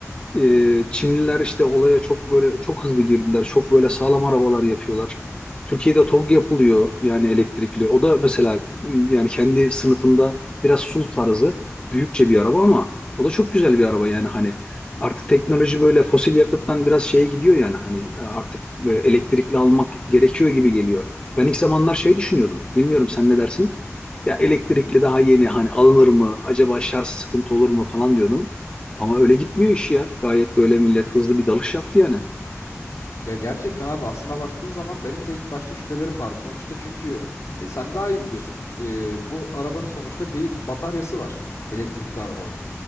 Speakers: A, on the left (about 20°); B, on the left (about 70°).
A: E, Çinliler işte olaya çok böyle çok hızlı girdiler. Çok böyle sağlam arabalar yapıyorlar. Türkiye'de TOG yapılıyor yani elektrikli. O da mesela m, yani kendi sınıfında biraz SUV tarzı büyükçe bir araba ama o da çok güzel bir araba yani hani artık teknoloji böyle fosil yakıttan biraz şeye gidiyor yani hani e, artık e, elektrikli almak gerekiyor gibi geliyor. Ben ilk zamanlar şey düşünüyordum. Bilmiyorum sen ne dersin? Ya elektrikli daha yeni hani alınır mı? Acaba şarj sıkıntı olur mu falan diyordum. Ama öyle gitmiyor iş ya. Gayet böyle millet hızlı bir dalış yaptı yani.
B: Ya gerçekten abi aslına baktığı zaman benim de ilk başta şüphelerim vardı. Sonuçta çünkü e, sen daha iyi biliyorsun. E, bu arabanın sonuçta bir bataryası var. Elektrikli arabaların.